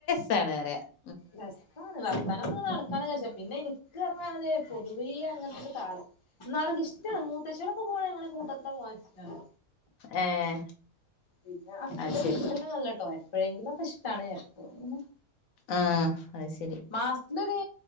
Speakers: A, on the left; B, on the left.
A: സാണ്റയാ <unintelligible>
B: രസാണ് വർത്താനം പർഞ്ഞ് നടക്കാനൊക്കെ ശേ പിന്നെ എനിക്ക് പറഞ്ഞാല് പൊതുവേ അങ്ങൻത്തീല് താൽ എനിക്ക് ഇഷ്ടാണ് മൂത്തച്ചിയാളൊക്കെ പോണേ കൂട്ടത്തില് പോവാനിഷ്ടാണ്
A: ഏഹ്
B: പിന്ന ഹസ്ബന്റിനിഷ്ട്ടല്ലന്നല്ലട്ടോ
A: അത് ശരി
B: എപ്പോഴെങ്കിലൊക്കെ ഇഷ്ടാണ് എപ്പഴും ഇങ്ങന
A: ആഹ് അത് ശ
B: മാസത്തിലൊര്